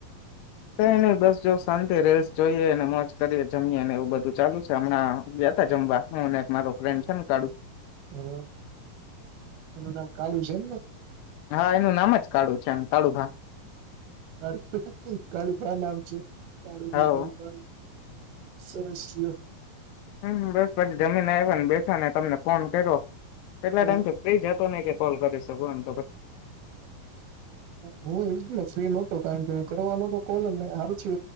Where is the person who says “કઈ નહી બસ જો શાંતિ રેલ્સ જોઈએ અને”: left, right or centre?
Left